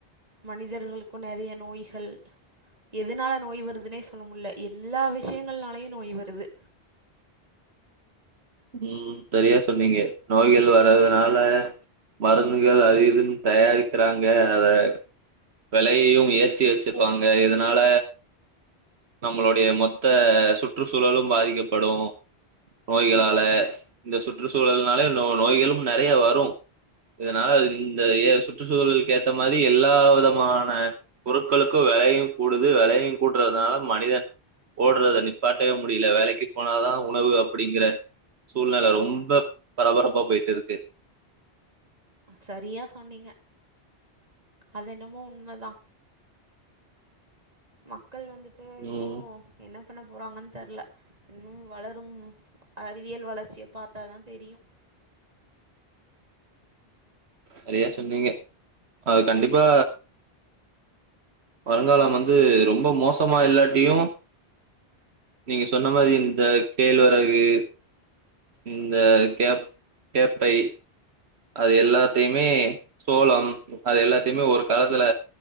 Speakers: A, on the right (about 35°); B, on the right (about 75°).
A: மனிதர்களுக்கு நெறைய நோய்கள் எதனால நோய் வருதுனே சொல்ல முல்ல எல்லா விஷயங்கள்னாலயு நோய் வருது
B: ம் சரியா சொன்னிங்க நோய்கள் வர்றதுனால மருந்துகள் அது இதுனு தயாரிக்கிறாங்க அத வெலையையு ஏத்தி வெச்சிருப்பாங்க இதனால நம்மளுடைய மொத்த சுற்றுச்சூழலும் பாதிக்கப்படு நோய்களா ல இந்த சுற்றுச்சூழல்னால நோ நோய்களும் நெறைய வரு இதனால இந்த எ சுற்றுச்சூழலுக்கு ஏத்த மாரி எல்லா விதமான பொருட்களுக்கு வெலையு கூடுது வெலையு கூடுறதுனால மனிதன் ஓடுறத நிப்பாட்டவே முடியல வேலைக்கு போனாதா உணவு அப்படிங்கற சூழ்நில ரொம்ப பரபரப்பா போயிட்டுருக்கு
A: சரியா சொன்னிங்க அதென்னமோ உண்மதா மக்கள் வந்துட்டு
B: ம்
A: இன்னு என்ன பண்ண போறாங்கன் தெர்ல இன்னும் வளரும் அறிவியல் வளர்ச்சிய பாத்தாதா தெரியு
B: சரியா சொன்னிங்க அது கண்டிப்பா வருங்காலம் வந்து ரொம்ப மோசமா இல்லாட்டியு நீங்க சொன்ன மாரி இந்த கேழ்வரகு இந்த கேப் கேப்பை அது எல்லாத்தையுமே சோளம் அது எல்லாத்தையுமே ஒரு காலத்துல